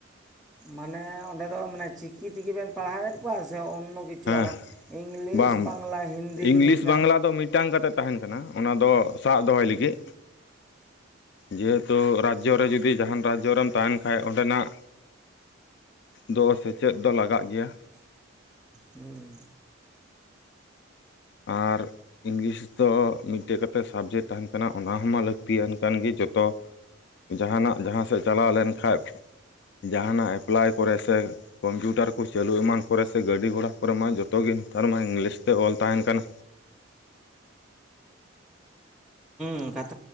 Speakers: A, in the centre; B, on the left.
A: ᱢᱟᱱᱮ ᱚᱸᱰᱮ ᱫᱚ ᱢᱟᱱᱮ ᱪᱤᱠᱤ ᱛᱮᱜᱮ ᱵᱮᱱ ᱯᱟᱲᱦᱟᱣᱮᱫ ᱠᱚᱣᱟ ᱥᱮ ᱚᱱᱱᱚ ᱪᱩ
B: ᱦᱮᱸ
A: ᱟᱨᱚ ᱤᱝᱞᱤᱥ
B: ᱵᱟᱝ
A: ᱵᱟᱝᱞᱟ ᱦᱤᱱᱫᱤ
B: ᱤᱝᱞᱤᱥ
A: ᱱᱤᱝᱠᱟ?
B: ᱵᱟᱝᱞᱟ ᱫᱚ ᱢᱤᱫᱴᱟᱝ ᱠᱟᱛᱮ ᱛᱟᱦᱮᱱ ᱠᱟᱱᱟ ᱚᱱᱟ ᱫᱚ ᱥᱟᱵ ᱫᱚᱦᱚᱭ ᱞᱟᱹᱜᱤᱫ᱾ ᱡᱮ ᱦᱮᱛᱩ ᱨᱟᱡᱽᱡᱚ ᱨᱮ ᱡᱩᱫᱤ ᱡᱟᱦᱟᱱ ᱨᱟᱡᱽᱡᱚ ᱨᱮᱢ ᱛᱟᱦᱮᱱ ᱠᱷᱟᱡ ᱚᱸᱰᱮᱱᱟᱜ ᱫᱚ ᱥᱮᱪᱮᱫ ᱫᱚ ᱞᱟᱜᱟᱜ ᱜᱮᱭᱟ᱾
A: ᱦᱮᱸ
B: ᱟᱨ ᱤᱝᱞᱤᱥ ᱫᱚ ᱢᱤᱫᱴᱮᱡ ᱠᱟᱛᱮᱫ ᱥᱟᱵᱽᱡᱮᱠᱴ ᱛᱟᱦᱮᱱ ᱠᱟᱱᱟ ᱚᱱᱟ ᱦᱚᱸᱢᱟ ᱞᱟᱹᱠᱛᱤᱭᱟᱱ ᱠᱟᱱ ᱜᱮ ᱡᱚᱛᱚ ᱡᱟᱦᱟᱱᱟᱜ ᱡᱟᱦᱟᱸᱥᱮᱫ ᱪᱟᱞᱟᱣ ᱞᱮᱱ ᱠᱷᱟᱡ ᱡᱟᱦᱟᱱᱟᱜ ᱮᱯᱞᱟᱭ ᱠᱚᱨᱮ ᱥᱮ ᱠᱚᱢᱯᱤᱭᱩᱴᱟᱨ ᱠᱚ ᱪᱟᱹᱞᱩ ᱮᱢᱟᱱ ᱠᱚᱨᱮ ᱥᱮ ᱜᱟᱹᱰᱤ ᱜᱷᱚᱲᱟ ᱠᱚᱨᱮ ᱢᱟ ᱡᱚᱛᱚ ᱜᱮ ᱱᱮᱛᱟᱨ ᱢᱟ ᱤᱝᱞᱤᱥ ᱛᱮ ᱚᱞ ᱛᱟᱦᱮᱱ ᱠᱟᱱᱟ᱾
A: ᱚᱱᱠᱟ